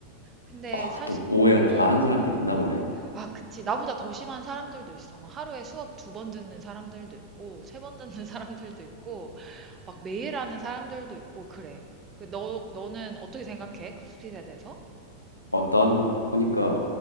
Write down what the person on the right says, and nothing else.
근데
사실,
어.
아, 그치. 나보다 더 심한 사람들도 있어. 막 하루에 수업 두 번 듣는 사람들도 있고, 세 번 듣는 <laughs> 사람들도 있고, 막 매일 하는 사람들도 있고, 그래. 그 너, 너는 어떻게 생각해? 크로스핏에 대해서?